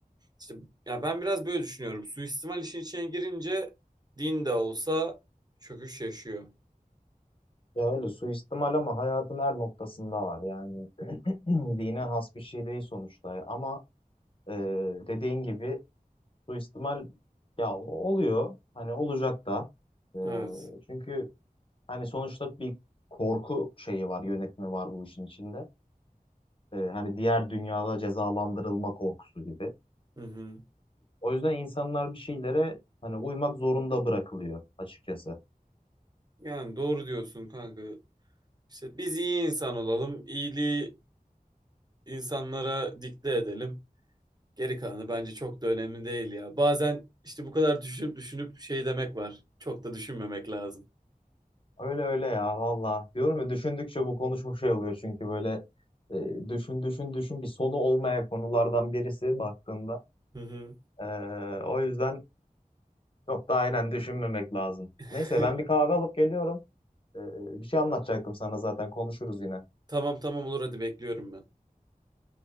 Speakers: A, on the right; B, on the left.
A: İşte ya ben biraz böyle düşünüyorum. Suistimal işin içine girince din de olsa çöküş yaşıyor.
B: Ya öyle suistimal ama hayatın her noktasında var. Yani <clears throat> dine has bir şey değil sonuçta. Ama e, dediğin gibi suistimal ya oluyor. Hani olacak da. E,
A: Evet.
B: çünkü hani sonuçta bir korku şeyi var, yönetimi var bu işin içinde. E, hani diğer dünyada cezalandırılma korkusu gibi.
A: Hı hı.
B: O yüzden insanlar bir şeylere hani uymak zorunda bırakılıyor açıkçası.
A: Yani doğru diyorsun kanka. İşte biz iyi insan olalım, iyiliği insanlara dikte edelim. Geri kalanı bence çok da önemli değil ya. Bazen işte bu kadar düşünüp düşünüp şey demek var. Çok da düşünmemek lazım.
B: Öyle öyle ya valla. Diyorum ya düşündükçe bu konu çok şey oluyor çünkü böyle e, düşün düşün düşün bir sonu olmayan konulardan birisi baktığında.
A: Hı hı.
B: E, o yüzden çok da aynen düşünmemek lazım.
A: <laughs>
B: Neyse ben bir kahve alıp geliyorum. E, bir şey anlatacaktım sana zaten konuşuruz yine.
A: Tamam tamam olur hadi bekliyorum ben.